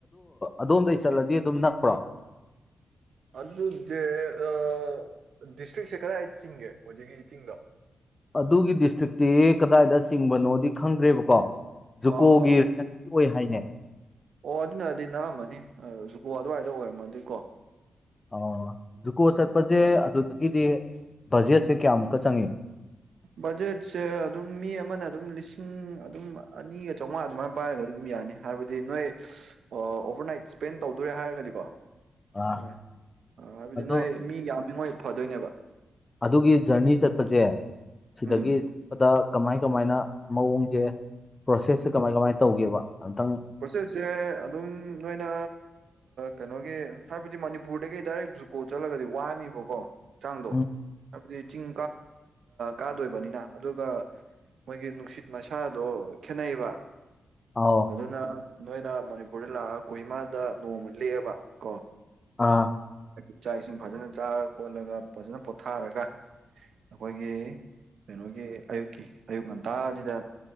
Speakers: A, on the left; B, on the right.
A: ꯑꯗꯣꯝꯗꯒꯤꯩ ꯆꯠꯂꯗꯤ ꯑꯗꯨꯝ ꯅꯛꯄ꯭ꯔꯣ
B: ꯑꯗꯨ ꯑꯗꯨꯖꯦ ꯑ ꯗꯤꯁꯇ꯭ꯔꯤꯛꯁꯦ ꯀꯗꯥꯏ ꯆꯤꯡꯒꯦ ꯍꯧꯖꯤꯛꯀꯤ ꯆꯤꯡꯗꯣ
A: ꯑꯗꯨꯒꯤ ꯗꯤꯁꯇ꯭ꯔꯤꯛꯇꯤ ꯀꯗꯥꯏꯗ ꯆꯤꯡꯕꯅꯣꯗꯤ ꯈꯪꯗ꯭ꯔꯦꯕꯀꯣ ꯖꯨꯀꯣꯒꯤ
B: ꯑꯥ ꯑꯥ
A: ꯑꯣꯏ ꯍꯥꯏꯅꯦ
B: ꯑꯣ ꯑꯗꯨꯅꯗꯤ ꯅꯅꯥꯑꯝꯃꯅꯤ ꯖꯨꯀꯣ ꯑꯗꯨꯋꯥꯏꯗ ꯑꯣꯏꯔꯝꯃꯗꯤꯀꯣ
A: ꯑ ꯖꯨꯀꯣ ꯆꯠꯄꯁꯦ
B: ꯎꯝ,
A: ꯑꯗꯨꯗꯒꯤꯗꯤ ꯖꯤꯁꯦ ꯀ ꯑꯃꯨꯀ ꯆꯪꯉꯦ
B: ꯕꯖꯦꯠꯁꯦ ꯑꯗꯨꯝ ꯃꯤ ꯑꯃꯅ ꯑꯗꯨꯝ ꯂꯤꯁꯤꯡ ꯑꯗꯨꯝ ꯑꯅꯤꯒ ꯆꯥꯝꯃꯉꯥ ꯑꯗꯨꯃꯥꯏꯅ ꯄꯥꯏꯔꯒ ꯑꯗꯨꯝ ꯌꯥꯅꯤ ꯍꯥꯏꯕꯗꯤ ꯅꯣꯏ ꯑꯣꯚꯔ ꯏꯠ ꯏꯁꯄꯦꯟ ꯇꯧꯗꯣꯔꯦ ꯍꯥꯏꯔꯒꯗꯤꯀꯣ ꯑꯣ
A: ꯑꯥ
B: ꯑꯥ ꯍꯥꯏꯕꯗꯤ
A: ꯑꯗꯣ
B: ꯅꯣꯏ ꯃꯤ ꯌꯥꯝꯃꯤꯉꯣꯏ ꯐꯗꯣꯏꯅꯦꯕ
A: ꯑꯗꯨꯒꯤ ꯖꯔꯅꯤ ꯆꯠꯄꯁꯦ ꯁꯤꯗꯒꯤ
B: ꯎꯝ
A: ꯆꯠꯄꯗ ꯀꯃꯥꯏ ꯀꯃꯥꯏꯅ ꯃꯑꯣꯡꯁꯦ ꯄ꯭ꯔꯣꯁꯦꯁꯁꯦ ꯀꯃꯥꯏ ꯀꯃꯥꯏꯅ ꯇꯧꯒꯦꯕ ꯑꯝꯇꯪ
B: ꯄ꯭ꯔꯣꯁꯦꯁꯁꯦ ꯑꯗꯨꯝ ꯅꯣꯏꯅ ꯀꯩꯅꯣꯒꯤ ꯍꯥꯏꯕꯗꯤ ꯃꯅꯤꯄꯨꯔꯗꯒꯤ ꯗꯥꯏꯔꯦꯛ ꯖꯨꯀꯣ ꯆꯠꯂꯒꯗꯤ ꯋꯥꯅꯤꯕꯀꯣ ꯍꯛꯆꯥꯡꯗꯣ
A: ꯎꯝ
B: ꯍꯥꯏꯕꯗꯤ ꯆꯤꯡ ꯀꯥꯗꯣꯏꯕꯅꯤꯅ ꯑꯗꯨꯒ ꯃꯣꯏꯒꯤ ꯅꯨꯡꯁꯤꯠ ꯃꯁꯥꯗꯣ ꯈꯦꯠꯅꯩꯕ
A: ꯑ
B: ꯑꯗꯨꯅ ꯅꯣꯏꯅ ꯃꯅꯤꯄꯨꯔꯗ ꯂꯥꯛꯑ ꯀꯣꯍꯤꯃꯥꯗ ꯅꯣꯡꯃ ꯂꯦꯛꯑꯦꯕ ꯀꯣ
A: ꯑꯥ
B: ꯏꯥꯛ ꯏꯁꯤꯡ ꯐꯖꯅ ꯆꯥꯔ ꯈꯣꯠꯂꯒ ꯐꯖꯅ ꯄꯣꯊꯥꯔꯒ ꯑꯩꯈꯣꯏꯒꯤ ꯀꯩꯅꯣꯒꯤ ꯑꯌꯨꯛꯀꯤ ꯑꯌꯨꯛ ꯉꯟꯇꯥꯁꯤꯗ